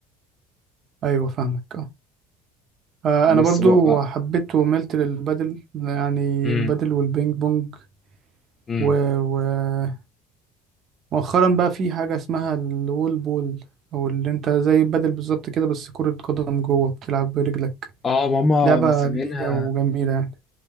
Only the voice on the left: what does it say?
بس
هو
امم
امم
اه ماما
مسمينها